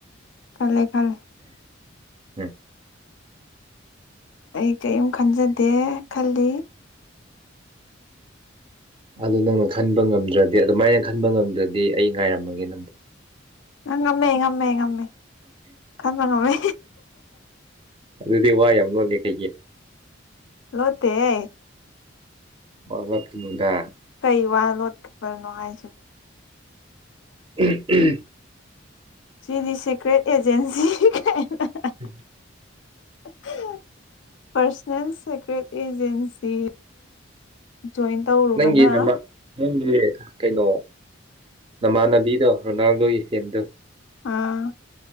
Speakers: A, on the left; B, on the right.
A: ꯈꯜꯂꯦ ꯈꯜꯂꯦ
B: ꯎꯝ
A: ꯑꯩ ꯀꯩꯝ ꯈꯟꯖꯗꯦ ꯈꯜꯂꯤ
B: ꯑꯗꯨ ꯅꯪꯅ ꯈꯟꯕ ꯉꯝꯗ꯭ꯔꯗꯤ ꯑꯗꯨꯃꯥꯏꯅ ꯈꯟꯕ ꯉꯝꯗ꯭ꯔꯗꯤ ꯑꯩ ꯉꯥꯏꯔꯝꯃꯒꯦ ꯅꯪ
A: ꯑ ꯉꯝꯃꯦ ꯉꯝꯃꯦ ꯉꯝꯃꯦ ꯈꯟꯕ ꯉꯝꯃꯦ
B: ꯑꯗꯨꯗꯤ ꯋꯥ ꯌꯥꯝ ꯂꯣꯂꯦ ꯀꯩꯒꯤ
A: ꯂꯣꯠꯇꯦꯍꯦ
B: ꯋꯥ ꯉꯥꯡꯉꯛꯀꯅꯨꯗ
A: ꯀꯩ ꯋꯥꯅꯣ ꯂꯣꯠ ꯍꯥꯏꯁꯤꯕꯣ
B: ꯎꯝ ꯎꯝ
A: ꯁꯤꯗꯤ ꯁꯤꯀ꯭ꯔꯦꯠ ꯑꯦꯖꯦꯟꯁꯤ ꯀꯥꯏꯅ
B: <inaudible>
A: <inaudible> ꯐ꯭ꯔꯁꯍꯦꯜ ꯁꯦꯀ꯭ꯔꯦꯠ ꯑꯦꯖꯦꯟꯁꯤ ꯖꯣꯏꯟ ꯇꯧꯔꯨꯕꯅ
B: ꯅꯪꯒꯤ ꯅꯃꯥ ꯅꯪꯗꯤ ꯀꯩꯅꯣ ꯅꯃꯥꯅꯗꯤꯗꯣ ꯔꯣꯅꯥꯜꯗꯣ ꯏꯆꯦꯝꯗꯣ
A: ꯑꯥ